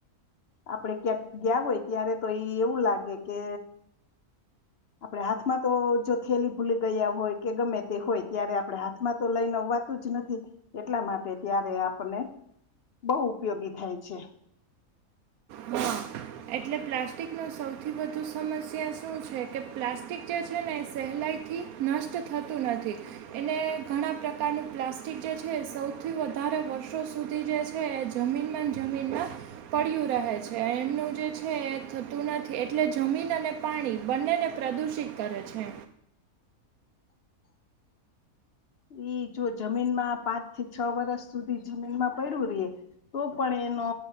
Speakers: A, on the left; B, on the right.
A: આપડે ક્યાંક ગયા હોય ત્યારે તો એ એવું લાગે કે આપણે હાથમાં તો જો થેલી ભૂલી ગયા હોય કે ગમે તે હોય ત્યારે આપડણે હાથ માં તો લઈને આવવાતું જ નથી એટલા માટે ત્યારે આપને બહુ ઉપયોગી થાય છે
B: હા એટલે પ્લાસ્ટિકનો સૌથી વધુ સમસ્યા શું છે કે પ્લાસ્ટિક જે છે ને એ સહેલાઈથી નષ્ટ થતું નથી એને ઘણા પ્રકારનું પ્લાસ્ટિક જે છે સૌથી વધારે વર્ષો સુધી જે છે એ જમીન જમીનમાં પડય્યું રહે છે એમનું જે છે એ થતું નથી એટલે જમીન અને પાણી બંનેને પ્રદુષિત કરે છે
A: ઈ જો જમીન માં પાંચ થી છ વરષ સુધી જમીનમાં પડ્યું રે તો પણ એનો